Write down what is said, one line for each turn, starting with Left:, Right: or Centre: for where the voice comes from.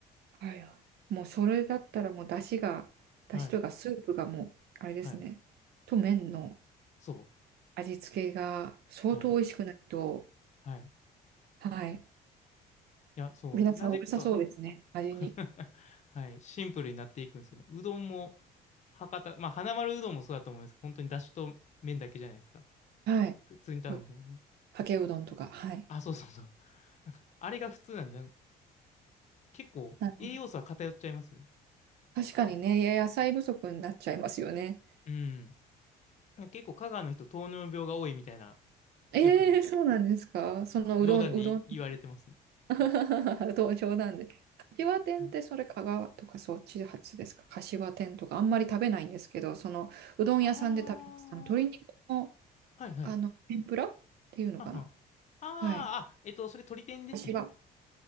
Right: はいはい。もうそれだったらもう出汁が、
Left: はい、
Right: 出汁というかスープがもう、あれですね。
Left: はい、
Right: と麺の
Left: そ
Right: 味付けが相当美味しくないと、
Left: う、はい、はい。い
Right: はい。
Left: や、そう、
Right: 皆さんうるさそうですね。
Left: なぜか、
Right: 味に。
Left: <laughs> はい。シンプルになっていくんですよね。うどんも、博多、まあ、花丸うどんもそうだと思いますけど、本当にだしと麺だけじゃないですか。
Right: はい。
Left: 普通に頼んだらね。
Right: うかけうどんとか。はい。
Left: あ、そうそうそう。<laughs> なんかあれが普通なんじゃん。結構、
Right: な
Left: 栄養素は偏っちゃいますよね。
Right: 確かにね、野菜不足になっちゃいますよね。
Left: うん。結構、香川の人、糖尿病が多いみたいな、
Right: ええそうなんですかそのうどん、
Left: よく冗談でい言われてますね。
Right: うどん、<laughs> うどん冗談で。柏天ってそれ香川とかそっち発ですか柏天とかあんまり食べないんですけど、
Left: はい。
Right: そのうどん屋さんで食べます。
Left: あー、
Right: あの鶏肉の、
Left: はいはい。
Right: あの天ぷらっていうのかな
Left: はんはん。あー、
Right: はい。
Left: あ、えっと、それ鳥天ですね。
Right: 柏、んす